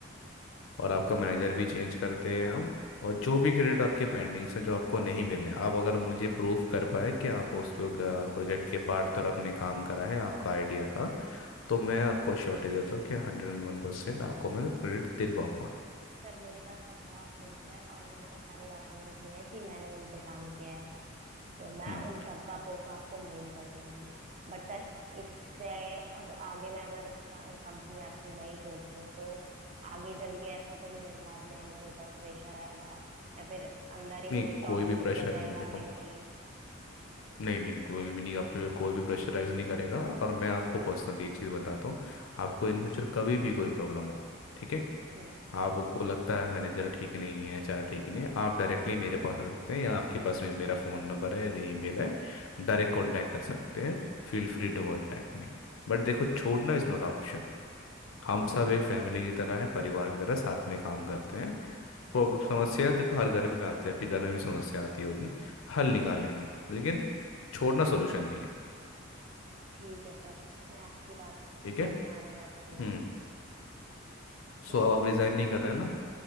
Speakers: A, on the left; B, on the right.
A: और आपका मैनेजर भी चेंज करते हैं हम और जो भी क्रेडिट आपके पेंडिंग्स हैं जो आपको नहीं मिले आप अगर मुझे प्रूफ कर पाए कि आप उस प्रोजेक्ट के पार्ट पर आपने काम करा है आपका आइडिया था तो मैं आपको श्योरिटी देता हूँ कि हंड्रेड एंड वन परसेंट आपको मैं क्रेडिट दिलवाऊंगा
B: सर मेरे पास सबका प्रूफ है और मेरे पास सारे डॉक्यूमेंट्स भी हैं कि मैंने उन पे काम किया है तो मैं
A: हम्म
B: उन सबका प्रूफ आपको मेल कर दूंगी बट सर इससे अग- आगे मैं अगर कंपनी आपकी नहीं छोड़ती हूँ तो आगे चल के ऐसा तो नहीं बाद में मेरे ऊपर प्रेशर आएगा या फिर अंदर ही
A: नहीं
B: मुझे टॉर्चर
A: कोई भी प्रेशर
B: किया
A: नहीं
B: जाएगा
A: है देखो
B: मेंटली
A: नहीं नहीं कोई भी नहीं आप पे कोई भी प्रेशराइज नहीं करेगा और मैं आपको पर्सनली एक चीज़ बताता हूँ आपको इन फ्यूचर कभी भी कोई प्रॉब्लम हो ठीक है
B: हम्म
A: आपको लगता है मैनेजर ठीक नहीं है एचआर ठीक नहीं है आप डायरेक्टली मेरे पास आ सकते हैं या आपके पास मे- मेरा फ़ोन नंबर है या ईमेल है डायरेक्ट कांटेक्ट कर सकते हैं Feel free to contact me But देखो छोड़ना इज़ नॉट ऑप्शन हम सब एक फैमिली की तरह हैं परिवार की तरह साथ में काम करते हैं प्रॉब्लम समस्या देखो हर घर में आती है आपके घर में भी समस्या आती होगी हल निकाल लेंगे लेकिन छोड़ना सोल्यूशन नहीं है
B: ठीक है सर मैं आपकी बात
A: ठीक है
B: को ध्यान में रखूंगी
A: हम्म
B: ठीक
A: सो अब आप रिजाइन नहीं कर रहे हैं ना